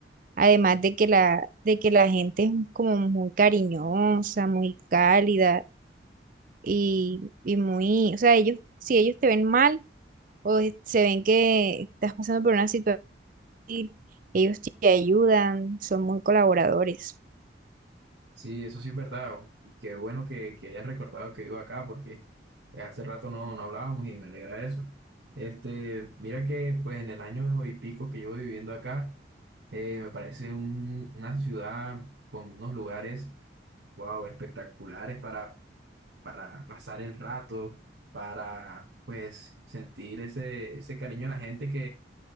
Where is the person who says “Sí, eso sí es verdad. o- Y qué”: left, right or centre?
Right